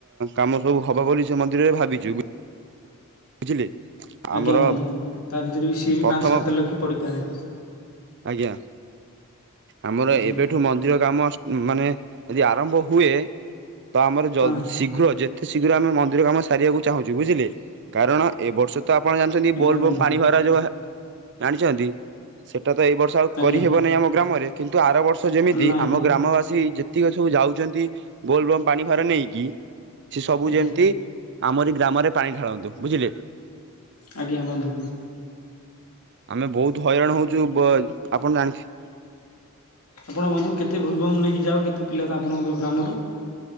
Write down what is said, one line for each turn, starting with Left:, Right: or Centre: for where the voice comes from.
Right: କାମ ସବୁ ହବ ବୋଲି ସେ ମନ୍ଦିରରେ ଭାବିଛୁ। ବୁଝିଲେ ଆମର
Left: ଆଜ୍ଞା ବନ୍ଧୁ ତା ଭିତରେ ବି ସିଏ ବି
Right: ପ୍ରଥମ
Left: ପାଞ୍ଚ ସାତ ଲକ୍ଷ ପଡିପାରେ
Right: ଆଜ୍ଞା। ଆମର
Left: ଆଜ୍ଞା
Right: ଏବେଠୁ ମନ୍ଦିର କାମ ମାନେ ଯଦି ଆରମ୍ଭ ହୁଏ। ତ ଆମର
Left: ହଁ
Right: ଶୀଘ୍ର ଯେତେ ଶୀଘ୍ର ଆମେ ମନ୍ଦିର କାମ ସାରିବାକୁ ଚାହୁଁଛୁ ବୁଝିଲେ କାରଣ ଏବ ବର୍ଷ ତ ଆପଣ ଜାଣିଛନ୍ତି
Left: ଆଜ୍ଞା
Right: ବୋଲ୍ବ
Left: ବନ୍ଧୁ
Right: ପାଣି ଭର ଯେଉଁ ଜାଣିଛନ୍ତି ସେ ଟା ତ ଏଇ ବର୍ଷ ଆଉ
Left: ଆଜ୍ଞା
Right: କରିହେବ ନାହିଁ ଆମ ଗ୍ରାମରେ, କିନ୍ତୁ ଆର ବର୍ଷ ଯେମିତି
Left: ନାଇଁ
Right: ଆମ ଗ୍ରାମବାସୀ ଯେତିକ ସବୁ ଯାଉଚନ୍ତି ବୋଲ୍ ବମ ପାଣି ଭାର ନେଇକି ସେ ସବୁ
Left: ଆଜ୍ଞା
Right: ଯେମତି ଆମରି ଗ୍ରାମରେ ପାଣି ଢାଳନ୍ତୁ ବୁଝିଲେ।
Left: ଆଜ୍ଞା ହୁଅନ୍ତୁ।
Right: ଆମେ ବହୁତ ହଇରାଣ ହଉଚୁ ଆପଣ ଜାଣିଥି
Left: ଆପଣ ବନ୍ଧୁ କେତେ ବୋଲବୁମ ନେଇକି ଯାଅ କେତେ ପିଲା ଆପଣଙ୍କ ଗ୍ରାମରୁ?